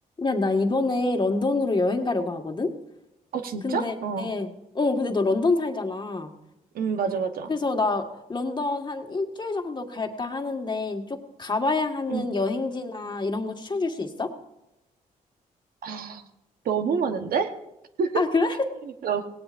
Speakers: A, on the left; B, on the right.
A: 야, 나 이번에 런던으로 여행 가려고 하거든?
B: 어, 진짜?
A: 근데,
B: 어,
A: 어, 근데 너 런던 살잖아.
B: 음, 맞아, 맞아.
A: 그래서 나 런던 한 일주일 정도 갈까 하는데, 쭉 가봐야 하는
B: 응.
A: 여행지나 이런 거 추천해 줄 수 있어?
B: 아, 너무 많은데?
A: 아, 그래?
B: <laughs> 너,